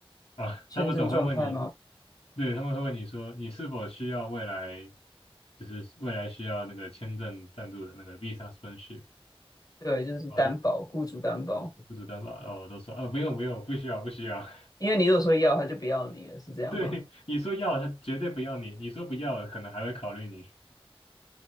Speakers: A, on the left (about 85°); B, on the left (about 40°).
A: 啊，
B: 签证状态吗？
A: 他们总会问你，对，他们会问你说你是否需要未来就是未来需要那个签证赞助的那个 visa sponsorship
B: 对，就是担保，
A: 啊。我都
B: 雇主担保，
A: 雇主担保，然后我都说啊，不用不用，不需要不需要。
B: 因为你如果说要，他就不要你了，
A: <laughs>
B: 是这样吗？
A: 对，你说要，他绝对不要你；你说不要，可能还会考虑你。